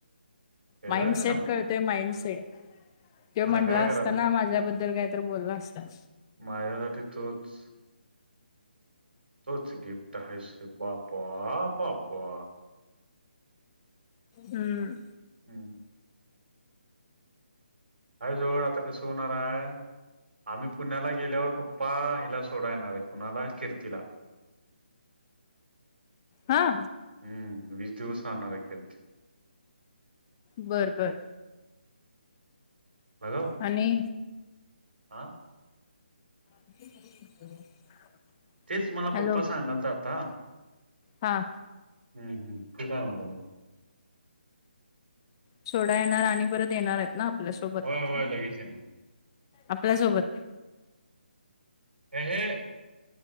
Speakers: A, on the right; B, on the left.
A: त्याचा
B: माईनसेट
A: काय संबंध
B: कळतोय माईनसेट तो
A: मला
B: म्हणला
A: काय
B: असताना
A: करायचं
B: माझ्याबद्दल काय. तर बोलला असतात.
A: माझ्यासाठी तोच. तोच गिफ्ट हास रे बाबा बाबा
B: हम्म,
A: हु. आई जवळ आता कसं होणार आहे आम्ही पुण्याला गेल्यावर पप्पा हिला थोडं येणार आहे, कोणाला कीर्ती ला
B: हा
A: हम्म, वीस दिवस राहणार ए किर्ती
B: <inaudible> बरं बर
A: बघा हो,
B: आणि
A: हा
B: <inaudible>
A: तेच मला
B: हॅलो
A: पप्पा सांगालत आता,
B: हा
A: हम् हम् काय म्हणतात मग
B: सोडायला येणार आणि परत येणार आहेत ना आपल्यासोबत
A: होय होय लगेच येणार.
B: आपल्यासोबत
A: हे हे,